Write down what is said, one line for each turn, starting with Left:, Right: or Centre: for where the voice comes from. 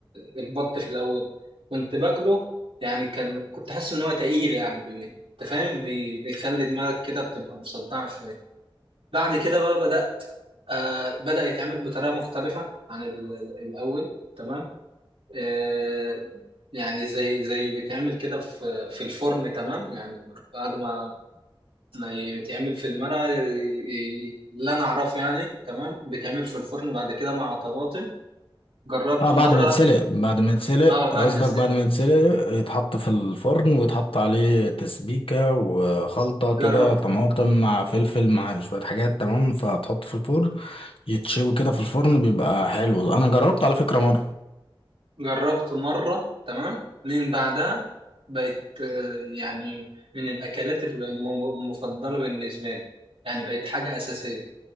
Right: آه، البط في الاول كنت باكله يعني كان كنت حاسس ان هو تقيل يعني بي- انت فاهم بي- بيخلي دماغك كده بتبقى مصدعه شويه بعد كده بقى بدات آه بدا يتعمل بطريقه مختلفه عن ال- ال- الاول تمام آه يعني زي زي بيتعمل كده في في الفرن تمام يعني بعد ما ما ي- بيتعمل في المرقة ي- ي- اللي أنا أعرفه يعني تمام بيتعمل في الفرن بعد كده مع طماطم جربته
Left: اه بعد
Right: مرة
Left: ما يتسلق بعد ما يتسلق
Right: أه بعد
Left: قصدك
Right: ما استوى
Left: بعد ما يتسلق يتحط في الفرن ويتحط عليه تسبيكة وخلطة
Right: جرب
Left: كده طماطم مع فلفل مع شوية حاجات تمام فتحط في الفرن يتشوي كده في الفرن بيبقى حلو انا جربت على فكرة مرة
Right: جربته مرة تمام من بعدها بقت آه، يعني من الأكلات الم- المفضلة بالنسبة لي يعني بقت حاجة أساسية